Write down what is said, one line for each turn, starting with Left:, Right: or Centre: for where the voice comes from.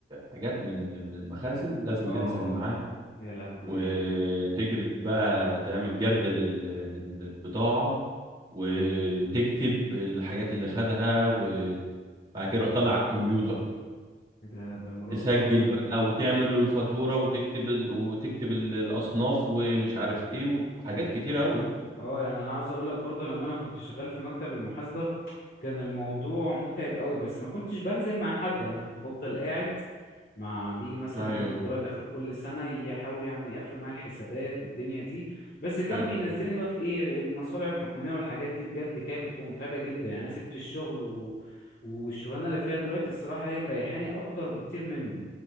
Right: حاجات من من المخازن لازم
Left: اه
Right: تنزل معاه
Left: اه يا لهوي
Right: وتجرد بقى تعمل جرد لل- لل- للبضاعة وتكتب الحاجات اللي خدها وبعد كده يروح طالع على الكمبيوتر
Left: ده ده مرار
Right: تسجل
Left: طافح
Right: بقى
Left: ده
Right: وتعمل له الفاتورة وتكتب ال... وتكتب ال- الأصناف ومش عارف إيه وحاجات كتيرة أوي
Left: اه يعني انا عاوز اقول لك برضو لما انا كنت شغال في مكتب المحاسبة كان الموضوع متعب قوي بس ما كنتش بنزل مع حد يعني انا كنت بفضل قاعد مع بيجي مثلا
Right: أيوه
Left: مأمور الضرايب اخر كل سنة يحاول يعمل يقفل معايا الحسابات والدنيا دي بس كان
Right: حلو
Left: بينزلني بقى في ايه المصالح الحكومية والحاجات دي بجد كانت بتبقى متعبة جدا يعني انا سبت الشغل و... والشغلانة اللي فيها دلوقتي الصراحة هي مريحاني اكتر بكتير منه